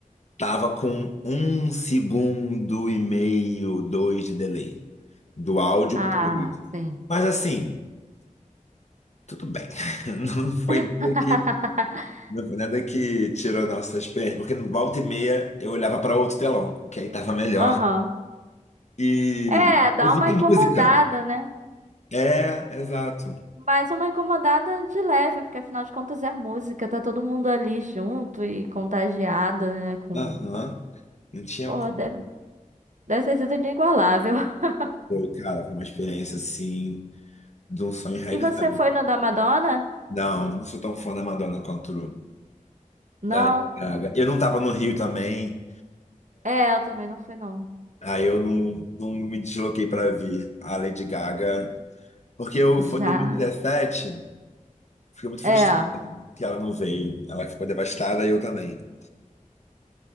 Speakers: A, on the left; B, on the right.
A: Tava com um segundo e meio, dois de delay do áudio
B: Ah,
A: por vídeo.
B: sim.
A: Mas assim, tudo bem. <laughs> Não foi
B: <laughs>
A: nada que, não foi nada que tirou nossas pernas, porque no volta e meia eu olhava para outro telão, que aí tava melhor.
B: Aham.
A: E
B: É, dá
A: ouvia
B: uma incomodada,
A: música.
B: né?
A: É, exato.
B: Mas uma incomodada de leve, porque afinal de contas é música, tá todo mundo ali junto e contagiado, né? Com.
A: Aham. Não tinha
B: Pô,
A: como.
B: deve, deve ter sido inigualável. <laughs>
A: Foi, cara, foi uma experiência assim, de um sonho realizado.
B: E você foi no da Madonna?
A: Não, não sou tão fã da Madonna quanto
B: Não.
A: da Lady Gaga. Eu não tava no Rio também,
B: É, eu também não fui, não.
A: aí eu não, não me desloquei pra vir a Lady Gaga, porque eu
B: Já.
A: foi em 2017, fiquei muito
B: É.
A: frustrado que ela não veio. Ela ficou devastada e eu também.